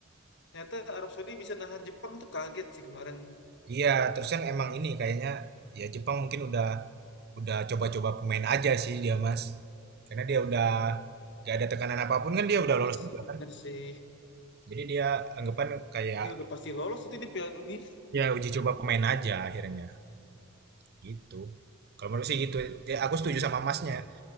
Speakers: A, on the left; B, on the right.
A: ternyata Arab Saudi bisa nahan Jepang tuh kaget sih kemarin.
B: iya terus kan emang ini kayaknya ya Jepang mungkin udah udah coba-coba pemain aja sih dia mas karena dia udah gak ada tekanan apapun kan dia udah
A: Iya
B: lolos
A: sih,
B: juga.
A: benar sih.
B: jadi dia anggapan kayak
A: Iya udah pasti lolos itu di Piala Dunia.
B: ya uji coba pemain aja akhirnya Gitu. Kalau menurut sih gitu. Ya, aku setuju sama Masnya.